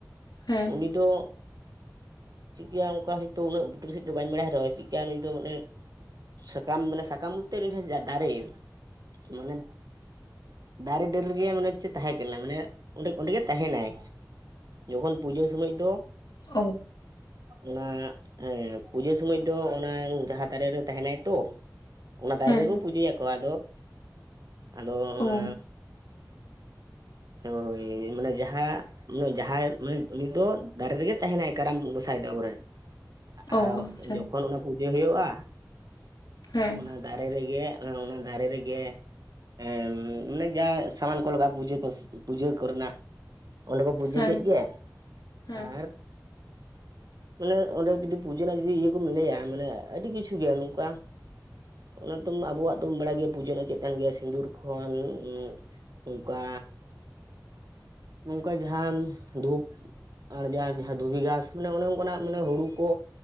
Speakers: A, on the left (about 75°); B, on the right (about 60°).
A: ᱦᱮᱸ
B: ᱩᱱᱤ ᱫᱚ ᱪᱤᱠᱟᱹ ᱚᱝᱠᱟ ᱦᱚᱭᱛᱳ ᱩᱱᱟᱹᱜ ᱵᱩᱴᱟ. ᱥᱟᱹᱦᱤᱡ ᱫᱚ ᱵᱟ. ᱧ ᱵᱟᱲᱟᱭ ᱨᱮᱦᱚᱸ ᱪᱤᱜᱠᱟ ᱱᱩᱭ ᱫᱚ ᱢᱟᱱᱮ ᱥᱟᱠᱟᱢ ᱢᱟᱱᱮ ᱥᱟᱠᱟᱢ ᱚᱠᱛᱮ ᱨᱮ ᱡᱟᱸᱦᱟ ᱫᱟᱨᱮ ᱢᱟᱱᱮ ᱫᱟᱨᱤ ᱰᱟ. ᱨ ᱨᱮᱜᱮᱭᱟ ᱢᱟᱱᱮ ᱪᱮᱫ ᱛᱟᱦᱮᱸ ᱠᱟᱱᱟ ᱢᱟᱱᱮ ᱚᱸᱰᱮ ᱚᱸᱰᱮ ᱜᱮ ᱛᱟᱦᱮᱱᱟᱭ ᱡᱚᱠᱷᱚᱱ ᱯᱩᱡᱟᱹ ᱥᱚᱢᱚᱡ ᱫᱚ
A: ᱚ
B: ᱚᱱᱟ ᱮᱸ ᱯᱩᱡᱟᱹ ᱥᱚᱢᱚᱡ ᱫᱚ ᱚᱱᱟ ᱡᱟᱦᱟᱸ ᱫᱟᱨᱮ ᱨᱮ ᱛᱟᱦᱮᱱᱟᱭ ᱛᱚ ᱚᱱᱟ ᱫᱟᱨᱮ
A: ᱦᱮᱸ
B: ᱨᱮᱜᱮ ᱠᱚ ᱯᱩᱡᱟᱹᱭᱟᱠᱚ ᱟᱫᱚ ᱟᱫᱚ ᱚᱱᱟ
A: ᱚ
B: ᱦᱳᱭ ᱢᱟᱱᱮ ᱡᱟᱦᱟᱸ ᱡᱟᱦᱟᱸᱭ <unintelligible> ᱩᱱᱤ ᱩᱱᱤ ᱫᱚ ᱫᱟᱨᱮ ᱨᱮᱜᱮ ᱛᱟᱦᱮᱸᱱᱟᱭ ᱠᱟᱲᱟᱢ ᱜᱚᱸᱥᱟᱭ ᱫᱚ ᱟᱵᱚᱨᱮᱱ᱾ ᱟ
A: ᱚ ᱟᱪᱪᱷᱟ
B: ᱡᱚᱠᱷᱚᱱ ᱚᱱᱟ ᱯᱩᱡᱟᱹ ᱦᱩᱭᱩᱜᱼᱟ
A: ᱦᱮᱸ
B: ᱚᱱᱟ ᱫᱟᱨᱮ ᱨᱮᱜᱮ ᱚᱱᱟ ᱚᱱᱟ ᱫᱟᱨᱮ ᱨᱮᱜᱮ ᱮᱸ ᱢᱟᱱᱮ ᱡᱟ ᱥᱟᱢᱟᱱ ᱠᱚ ᱞᱟᱜᱟᱜᱼᱟ ᱯᱩᱡᱟᱹ ᱯᱩᱥ ᱯᱩᱡᱟᱹ ᱠᱚᱨᱮᱱᱟᱜ ᱚᱸᱰᱮ ᱠᱚ ᱯᱩᱡᱟᱹ
A: ᱦᱮᱸ
B: ᱠᱮᱜ ᱜᱮ
A: ᱦᱮᱸ
B: ᱟᱨ <inaudible> ᱢᱟᱱᱮ ᱚᱸᱰᱮ ᱡᱩᱫᱤ ᱯᱩᱡᱟᱹ ᱱᱟᱜ ᱡᱩᱫᱤ ᱤᱭᱟᱹ ᱠᱚᱢ ᱞᱟᱹᱭᱟ ᱢᱟᱱᱮ ᱟᱹᱰᱤ ᱠᱤᱪᱷᱩ ᱜᱮ ᱱᱚᱝᱠᱟ ᱚᱱᱟ ᱛᱚᱢ ᱟᱵᱚᱣᱟᱜ ᱫᱚᱢ ᱵᱟᱲᱟᱭ ᱜᱮᱭᱟ ᱯᱩᱡᱟᱹᱞᱮ ᱪᱮᱫ ᱛᱟᱦᱮᱱ ᱜᱮᱭᱟ ᱥᱤᱸᱫᱩᱨ ᱠᱷᱚᱱ ᱩᱸ ᱚᱝᱠᱟ ᱱᱚᱝᱠᱟ ᱡᱟᱦᱟᱱ ᱫᱷᱩᱯ ᱟᱨ ᱡᱟᱦᱟᱸ ᱡᱟᱦᱟᱸ ᱫᱷᱩᱵᱤ ᱜᱷᱟᱸᱥ ᱢᱟᱱᱮ ᱚᱱᱮ ᱚᱝᱠᱟᱱᱟᱜ ᱢᱟᱱᱮ ᱦᱩᱲᱩ ᱠᱚ